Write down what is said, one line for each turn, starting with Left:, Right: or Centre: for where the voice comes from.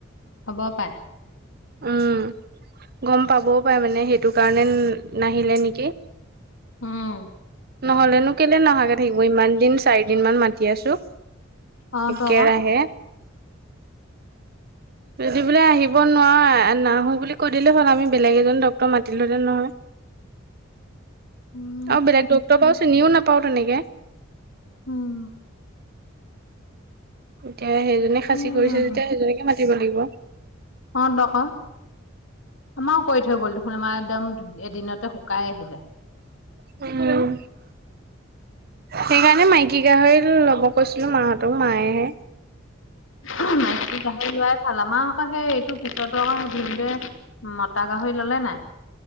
Left: হ'ব পায়।
Right: উম, গ'ম পাবও পায় মানে সেইটো কাৰণে নে নাহিলে নেকি
Left: উম
Right: নহ'লেনো কেলে নহাকে থাকিব ইমান দিন চাৰিদিন মান মাতি আছো
Left: অ
Right: একেৰাহে।
Left: তো আকৌ
Right: যদি বোলে আহিব নোৱাৱ নাহো বুলি কৈ দিলে হ'ল, আমি বেলেগ এজন ডক্টৰ মাতিলো হেঁতেন নহয়।
Left: উম।
Right: আৰু বেলেগ ডক্তৰ বা চিনিও নাপাওঁ তেনেকে।
Left: উম।
Right: এতিয়া সেইজনী খাচী
Left: উম
Right: কৰিছে যেতিয়া সেইজনীকে মাতিব লাগিব।
Left: অ দক। আমাৰও কৰি থৈ গ'ল দেখোন, আমাৰ একদম এদিনতে শুকাই আহিলে।
Right: উম। সেইকাৰণে মাইকী গাহৰি ল'ব কৈছিলো মাহতক, মায়েহে,
Left: উম মাইকী গাহৰি লোৱাই ভাল। আমাৰ আকৌ সেই এইটো পিছতো আকৌ সেই ভিনদেৱে, মতা গাহৰি ল'লে নাই।